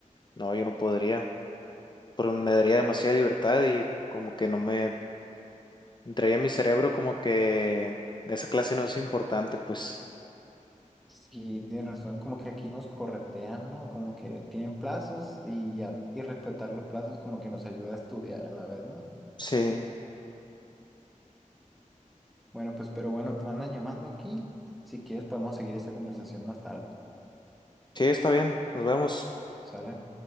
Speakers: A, on the left (about 35°); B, in the centre.
A: No, yo no podría, porque me daría demasiada libertad y como que no me entraría en mi cerebro como que esa clase no es importante, pues
B: Sí, tienes razón, como que aquí nos corretean, ¿no? Como que tienen plazos y ya, y respetar los plazos como que nos ayuda a estudiar a la vez, ¿no?
A: sí,
B: Bueno, pues, pero bueno, me andan llamando aquí. Si quieres, podemos seguir esta conversación más tarde,
A: sí, está bien, nos vemos.
B: ¿sale?